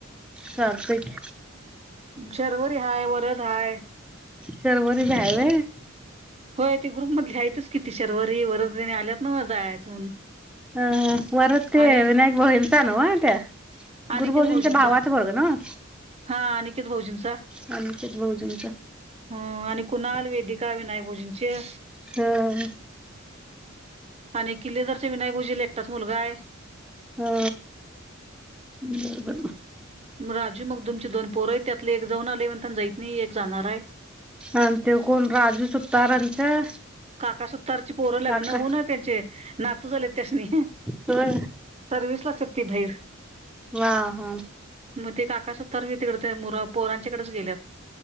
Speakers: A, in the centre; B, on the right.
A: चालतंय की
B: शर्वरी हाय, वरद हाय.
A: शर्वरी बी हाय व्हय
B: व्हय ते ग्रुप मधली हायत. तीच कि ती शर्वरी वरद तेनी आल्यात नवं जायच म्हणून.
A: अ वरद ते
B: आणि
A: विनायक भाऊ यांचा नव्ह त्या
B: अनिकेत
A: गुरुभाऊजींच्या
B: भऊजींच,
A: भावाचा पोरगं नव्ह
B: हा अनिकेत भऊजींच.
A: अनिकेत भाऊजींचा
B: हम्म आणि कुणाल, वेदिका, विनायक भऊजींचे.
A: हं.
B: आणि किल्लेदारच्या विनायक भाऊजीला एकटाच मुलगाय.
A: हा, हम्म.
B: म राजू मगदूमची दोन पोर हायत, त्यातल एक जऊन आलय म्हणताना जईत नई एक जाणाराय.
A: आणि ते कोण राजू सुतारांचा
B: काका सुतारची पोरं लग्न
A: काका
B: होऊन त्यांचे, नातू झाले त्यासनी.
A: होय
B: सर्वीसला असत्यात ती भहीर.
A: वा हा.
B: मग ते काका सुतारबी तिकडे मुर पोरांच्याकडेच गेल्यात.